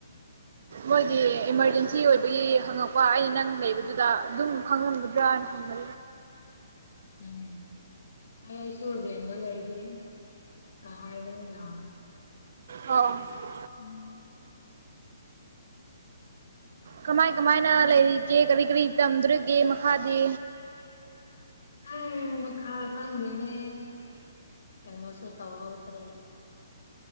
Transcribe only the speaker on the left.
ꯎꯝ ꯑꯩꯁꯨꯨ ꯔꯟꯗ ꯂꯩꯗꯤ ꯑꯍꯕ ꯌꯥꯔ
ꯎꯝ
ꯑꯦ ꯃꯈꯥ ꯈꯥꯡꯗꯦꯅꯦ ꯀꯩꯅꯩꯅꯣ ꯇꯋꯥꯕꯨꯇꯔꯦ